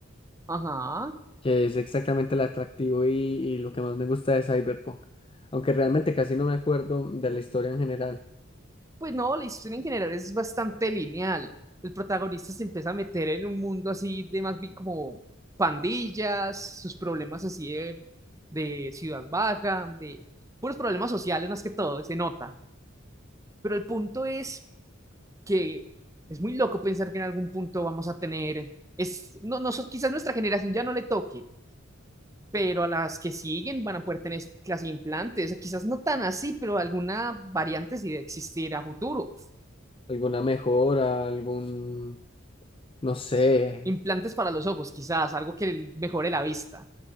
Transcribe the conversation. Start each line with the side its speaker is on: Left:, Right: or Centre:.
Right: Ajá.
Left: que es exactamente el atractivo y, y lo que más me gusta de Cyberpunk. Aunque realmente casi no me acuerdo de la historia en general.
Right: pues no, la historia en general es bastante lineal. El protagonista se empieza a meter en un mundo así de más bien como pandillas, sus problemas así de, de ciudad baja, de puros problemas sociales más que todo, se nota. Pero el punto es que es muy loco pensar que en algún punto vamos a tener, es, no, no, so, quizás nuestra generación ya no le toque, pero a las que siguen van a poder tener esa clase de implantes, o quizás no tan así, pero alguna variante sí de existir a futuro.
Left: ¿Alguna mejora? ¿Algún, no sé?
Right: implantes para los ojos, quizás, algo que mejore la vista,